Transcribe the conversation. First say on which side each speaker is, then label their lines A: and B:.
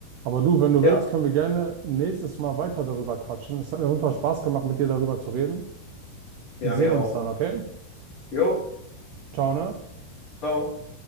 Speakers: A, on the right (about 80°); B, on the left (about 45°).
A: Aber du, wenn du
B: Ja,
A: willst, können wir gerne nächstes Mal weiter darüber quatschen. Es hat mir auf jeden Fall Spaß gemacht, mit dir darüber zu reden.
B: wir
A: Wir
B: haben
A: sehen
B: ja
A: uns
B: auch.
A: dann, okay?
B: Jo,
A: Ciao, ne?
B: ciao.